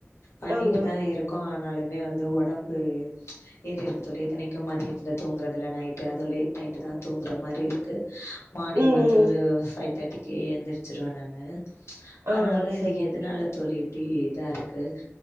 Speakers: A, on the left (about 70°); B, on the right (about 80°).
A: பண்ணிட்டுதா
B: ஆமா
A: இருக்கோ ஆனாலுமே வந்து ஒடம்பு ஏறிருக்கு தோழி இத்தனக்கு மதிய த்துல தூங்கறதில்ல நைட்டு அது லேட் நைட் தா தூங்குற மாரி இருக்கு ருக்கு மானிங்
B: ம்
A: வந்து
B: ம்
A: ஒரு ஃபைவ் தேர்ட்டிக்கி ஏந்திர்ச்சிருவே நானூ
B: ஆ
A: ஆனாலு
B: ஆ
A: இது
B: சரிங்க
A: எதனால தோழி இப்டி இதாருக்கு